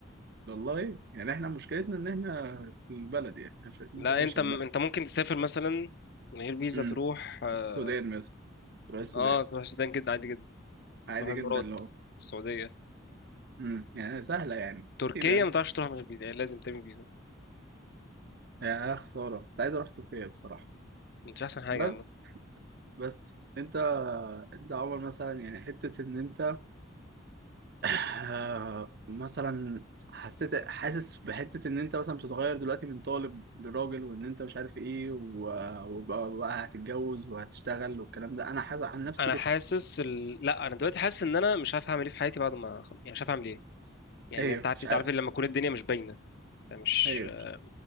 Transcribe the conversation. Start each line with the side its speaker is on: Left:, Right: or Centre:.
Right: والله يعني احنا مشكلتنا ان احنا في البلد يعني احنا مش عارفين
Left: لا
Right: نسافر
Left: انت
Right: عشان
Left: م...
Right: البلد
Left: انت ممكن تسافر مثلا من غير فيزا
Right: امم
Left: تروح اه
Right: السودان مثلا تروح السودان
Left: آه، تروح السودان جدا عادي جدا
Right: عادي
Left: تروح الامارات
Right: جدا لو
Left: السعوديه
Right: امم يعني سهلة يعني
Left: تركيا
Right: ايه بيعمل
Left: ما تعرفش تروح من غير فيزا يعني لازم تعمل فيزا
Right: يعني انا خسارة كنت عايز اروح تركيا بصراحة
Left: مش احسن حاجه
Right: بس
Left: عامه
Right: بس انت انت عمر مثلا يعني حتة ان انت آه، مثلا حسيت حاسس بحتة ان انت مثلا بتتغير دلوقتي من طالب لراجل وان انت مش عارف ايه و- وبقى بقى هتتجوز وهتشتغل والكلام ده انا حاسس عن نفسي
Left: انا
Right: لسه
Left: حاسس ال... لا انا دلوقتي حاسس ان انا مش عارف هعمل ايه في حياتي بعد ما أخلص. يعني مش عارف اعمل ايه يعني
Right: ايوه
Left: انت عارف
Right: مش
Left: انت
Right: عارف
Left: عارف لما تكون الدنيا مش باينه انت مش
Right: ايوه
Left: آه،